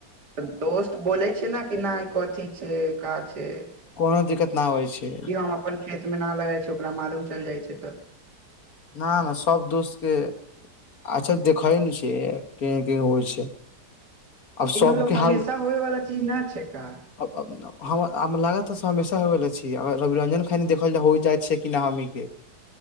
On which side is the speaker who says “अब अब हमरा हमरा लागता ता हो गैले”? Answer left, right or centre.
Left